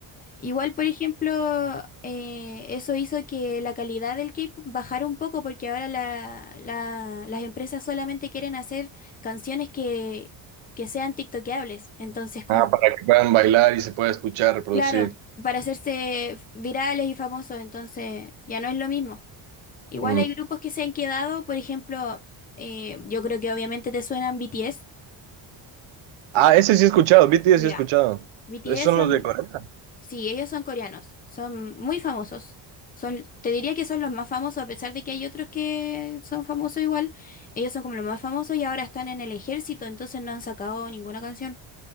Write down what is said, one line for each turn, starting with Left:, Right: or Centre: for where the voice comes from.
Left: Igual, por ejemplo, eh, eso hizo que la calidad del K-pop bajara un poco porque ahora la- la- las empresas solamente quieren hacer canciones que, que sean tiktokeables. Entonces, como,
Right: Ah, para que puedan bailar y se pueda escuchar, reproducir.
Left: claro, para hacerse virales y famosos, entonces ya no es lo mismo. Igual
Right: Mm.
Left: hay grupos que se han quedado, por ejemplo, eh, yo creo que obviamente te suenan BTS.
Right: Ah, ese sí he escuchado, BTS
Left: Ya.
Right: sí he escuchado.
Left: BTS
Right: Esos son
Left: son,
Right: los de Corea.
Left: Sí, ellos son coreanos, son muy famosos. Son, te diría que son los más famosos, a pesar de que hay otros que son famosos igual. Ellos son como los más famosos y ahora están en el ejército, entonces no han sacado ninguna canción.